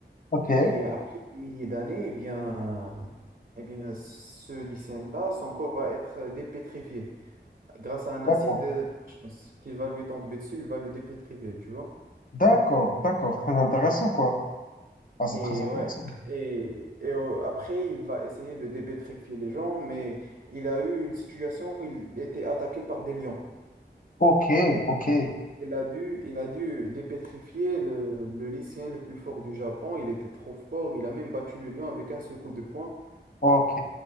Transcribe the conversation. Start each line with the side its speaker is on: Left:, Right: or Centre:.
Left: ok,
Right: Et après des milliers d'années, eh bien, eh bien, ce lycéen-là, son corps va être euh, dépétrifié. Grâce à un
Left: d'accord,
Right: acide, euh, je pense qu'il va lui tomber dessus, il va le dépétrifier, tu vois.
Left: d'accord, d'accord, très intéressant, quoi. Ah, c'est
Right: Et
Left: très intéressant.
Right: ouais, et, et euh, après, il va essayer de dépétrifier les gens, mais il a eu une situation où il était attaqué par des lions.
Left: Ok, ok,
Right: Il a dû, il a dû dépétrifier le, le lycéen le plus fort du Japon. Il était trop fort. Il a même battu le lion avec un seul coup de poing.
Left: ok,